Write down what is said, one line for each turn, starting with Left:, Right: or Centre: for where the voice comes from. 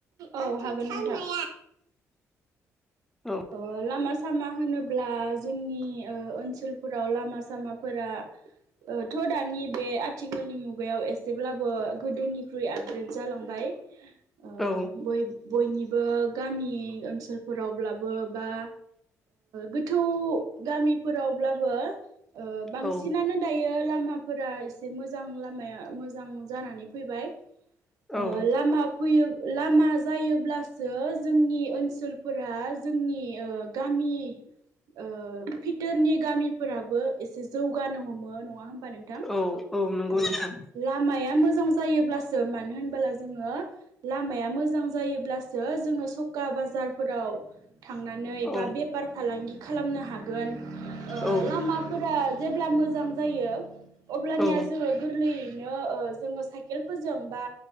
Right: औ हागोन नोंथां
Centre: औ
Right: ओ लामा सामा होनोब्ला जोंनि ओ ओनसोलफोराव लामा सामाफोरा ओ थ' दानि बे आथिखालनि मुगायाव एसेब्लाबो गोदोनिख्रुइ आपग्रेड जालांबाय ओ
Centre: औ
Right: बय बयनिबो गामि ओनसोलफोरावब्ला बो बा गोथौ गामिफोरावब्लाबो ओ बांसिनानो
Centre: औ
Right: दायो लामाफोरा एसे मोजां लामाया मोजां जानानै फैबाय ओ
Centre: औ
Right: लामा फैयो लामा जायोब्लासो जोंनि ओनसोलफोरा जोंनि ओ गामि ओ भिथोरनि गामिफोराबो एसे जौगानो हमो नङा होम बा नोंथां
Centre: औ औ नंगौ
Right: ओ
Centre: नोंथां
Right: लामाया मोज जां जायोब्लासो मानो होनबोला जोङो लामाया मोजां जायोब्लासो जोङो सखा बाजारफोराव थांनानै
Centre: औ
Right: बा बेफार फालांगि खालामनो हागोन ओ
Centre: औ
Right: लामाफोरा जेब्ला मोजां जायो अब्लानिया
Centre: औ
Right: जोङो गोरलै नो ओ जोङो साइकेलफोरजों बा